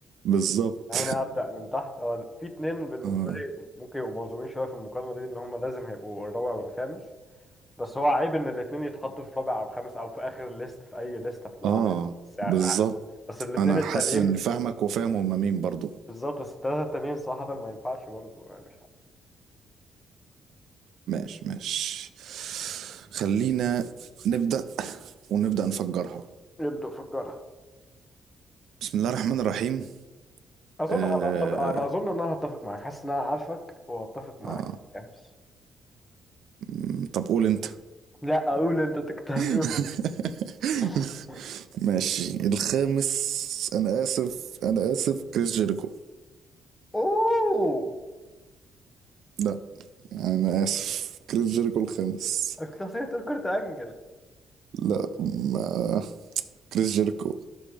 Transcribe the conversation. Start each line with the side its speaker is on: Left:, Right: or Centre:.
Right: بالظبط
Left: هنا هبدأ من تحت هو في اتنين
Right: <laughs>
Left: بالنسبة
Right: آه
Left: لي ممكن يبقوا مظلومين شوية في المقارنة دي إن هم لازم هيبقوا الرابع والخامس بس هو عيب إن الاتنين يتحطوا في رابع أو خامس أو في آخر الليست في أي ليستة في العالم
Right: آه
Left: بس, يعني-
Right: بالظبط
Left: آه، بس الاتنين
Right: أنا
Left: التانيين
Right: حاسس إني فاهمك وفاهم هما مين برضو
Left: بالظبط بس التلاتة التانيين صراحة ما ينفعش برضه يعني مش عارف.
Right: ماشي ماشي خلينا نبدأ ونبدأ نفجرها
Left: يبدأ فكرها
Right: بسم الله الرحمن الرحيم
Left: أظن
Right: آه...
Left: هنتفق أنا أظن إن أنا هتفق معاك حاسس إن أنا عارفك وهتفق معاك
Right: آه...
Left: في الخامس
Right: م- طب قول انت
Left: لا أقول أنت كنت هتقول
Right: <laughs>
Left: <laughs>
Right: ماشي الخامس انا اسف انا اسف كريس جيريكو
Left: أوه
Right: لا انا اسف كريس جيريكو الخامس
Left: كنت هتقول كرة أنجل
Right: لا ما كريس جيريكو